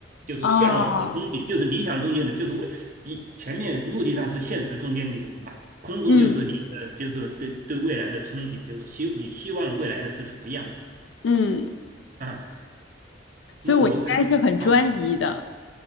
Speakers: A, on the right; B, on the left.
A: 就是说向往和憧憬，
B: 啊？
A: 就是理想中间的，就是为你前面陆地上是现实中间的你嘛，空中就是你的，
B: 嗯
A: 就是对对未来的憧憬，就是希你希望未来的是什么样子
B: 嗯，
A: 啊？
B: 所以我应该是很专一的，
A: 那我可能。啊。